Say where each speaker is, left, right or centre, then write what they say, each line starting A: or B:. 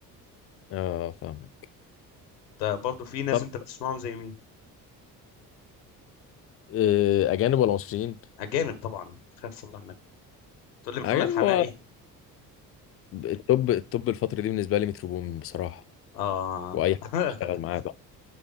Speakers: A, on the left; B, on the left.
A: اه فاهمك
B: برضه في ناس
A: طب
B: انت بتسمعهم زي مين
A: آه، اجانب ولا مصريين
B: اجانب طبعا خير صلى على النبي تقول لي محمد
A: اجانب
B: حماقي
A: هو التوب التوب الفتره دي بالنسبه لي مترو بومين بصراحه
B: اه
A: واي حد
B: <laughs>
A: بيشتغل معاه بقى